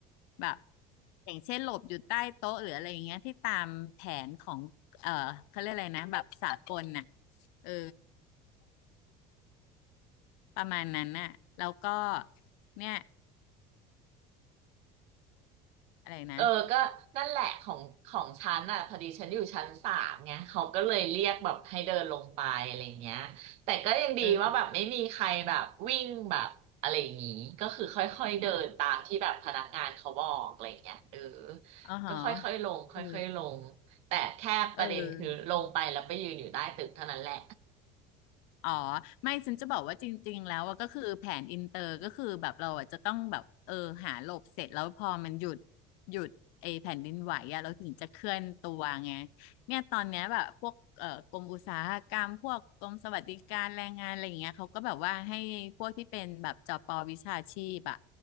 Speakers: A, on the left; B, on the right.
A: แบบอย่างเช่นหลบอยู่ใต้โต๊ะหรืออะไรอย่างเงี้ยที่ตามแผนของเออเขาเรียกอะไรนะแบบสากลน่ะเออ ประมาณนั้นน่ะ แล้วก็เนี่ยอะไรนะ
B: เออก็นั่นแหละของของฉันอ่ะพอดีฉันอยู่ชั้นสามไงเขาก็เลยเรียกแบบให้เดินลงไปอะไรเงี้ยแต่ก็ยังดีว่าแบบไม่มีใครแบบวิ่งแบบอะไรอย่างงี้ก็คือค่อยๆเดินตามที่แบบพนักงานเขาบอกอะไรเงี้ยเออ
A: เอออ๋อหอ
B: ก็ค่อยๆลงค่อยๆลง
A: เออ
B: แต่แค่ประเด็นคือลงไปแล้วไปยืนอยู่ใต้ตึกเท่านั้นแหละ
A: เออ อ๋อไม่ฉันจะบอกว่าจริงๆแล้วอะก็คือแผนอินเตอร์ก็คือแบบเราอะจะต้องแบบเออหาหลบเสร็จแล้วพอมันหยุดหยุดไอแผ่นดินไหวอะเราถึงจะเคลื่อนตัวไงเนี่ยตอนเนี้ยแบบพวกเอ่อกรมอุตสาหกรรมพวกกรมสวัสดิการแรงงานอะไรอย่างเงี้ยเขาก็แบบว่าให้พวกที่เป็นแบบจปวิชาชีพอะ